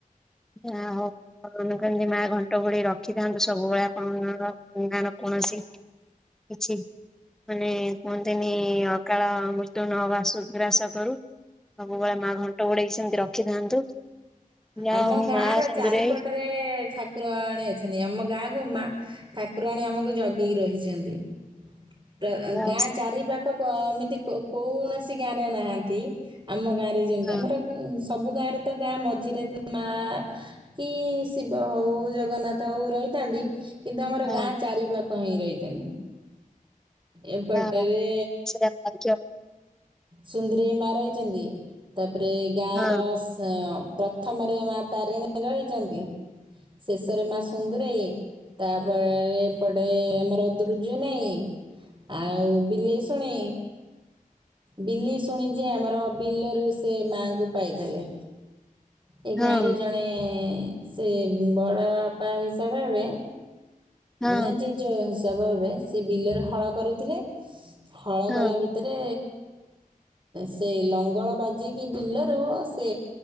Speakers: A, in the centre; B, on the right.
A: ଆ, ହଉ ଆପଣ ମାନଙ୍କୁ ଏମିତି ମା ଘଣ୍ଟ ଘୋଡେଇ ରଖିଥାନ୍ତୁ, ସବୁବେଳେ ଆପଣ ମାନଙ୍କ ତୋମ ଗାଁର କୌଣସି କିଛି ମାନେ କୁହନ୍ତିନି ଅକାଳ ମୃତ ନ ବାସୁ ଗ୍ରାସ କରୁ। ସବୁବେଳେ ମା ଘଣ୍ଟ ଗୋଡେଇକି ସେମିତି ରଖିଥାନ୍ତୁ। ଯାହା
B: ଆମ
A: ହଉ
B: ଗାଁ
A: ମା
B: ର
A: ଚନ୍ଦୁରାଇ
B: ଚାରିପଟରେ ଠାକୁରଣୀ ଅଛନ୍ତି। ଆମ ଗାଁକୁ ମା ଠାକୁରାଣୀ ଆମକୁ ଜଗି କି ରହିଛନ୍ତି। ତ
A: ଯାହା
B: ଗାଁ
A: ହଉ
B: ଚାରି ପାଖ ଏମିତି କ କୌଣସି ଗାଁ ରେ ନାହାନ୍ତି। ଆମ ଗାଁ ରେ ଯେମତି,
A: ହଁ
B: ଆମର ସବୁ ଗାଁରେ ତ ଗାଁ ମଝିରେ କି ମା, କି ଶିବ ହଉ, ଜଗନ୍ନାଥ ହଉ ରହିଥାନ୍ତି। କିନ୍ତୁ ଆମର
A: ହଁ
B: ଗାଁ ଚାରି ପାାଖ ହିଁ ରହିଛନ୍ତି। ଏପଟ
A: ହଁ ହଁ
B: ରେ
A: ସେଟା ଭାଗ୍ୟ
B: ସୁନ୍ଦରେଇ ମା ରହିଛନ୍ତି। ତାପରେ ଗାଁ
A: ହଁ
B: ର ସ ପ୍ର ପ୍ରଥମରେ ମା ତାରିଣୀ ରହିଛନ୍ତି। ଶେଷରେ ମା ସୁନ୍ଦୁରେଇ ତାପରେ ଏପଟେ ଆମର ଦୃଯ୍ୟୁନେଇ ଆଉ ବିଲେଇ ଶୁଣି ବିଲେଇ ଶୁଣି ଯିଏ ଆମର ବିଲରୁ ସେ ମାଆଙ୍କୁ ପାଇଥେଲେ। ଏ
A: ହଁ
B: ଗାଁରେ ଜଣେ ସେ ବଡ଼ ବାପା ହିସାବ ହେବେ
A: ହଁ
B: ନା ଜେଜ ହିସାବ ହେବେ ସେ ବିଲରେ ହଳ କରୁଥିଲେ। ହଳ
A: ହଁ
B: କଲା ଭି ତରେ ସେ ଲଙ୍ଗଳ ବାଜିକି ବିଲରୁ ସେ